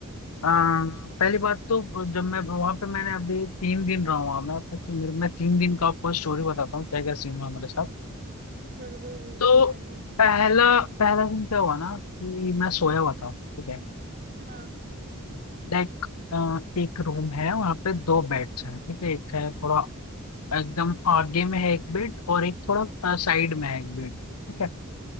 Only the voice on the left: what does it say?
अ, पहली बात तो जब मैं वहां पे मैंने अभी तीन दिन रहा हुआ मैं तो मेरे मैं तीन दिन का आपको स्टोरी बताता हूँ क्या क्या सीन हुआ मेरे साथ
तो
पहला पहला दिन क्या हुआ ना कि मैं सोया हुआ था ठीक है
लाइक अ, एक रूम है वहां पे दो बेड्स हैं ठीक है एक है थोड़ा एकदम आगे में है एक बेड और एक थोड़ा साइड में है एक बेड ठीक है